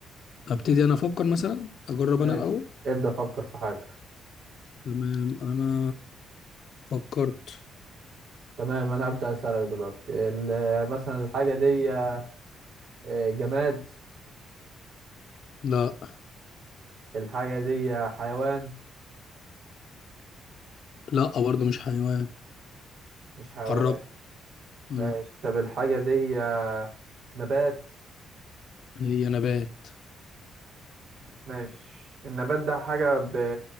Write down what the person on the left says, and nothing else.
ابتدي انا افكر مثلا اجرب
انا الاول
تمام انا فكرت
لا
لا برضه مش حيوان
قربت مم.
هي نبات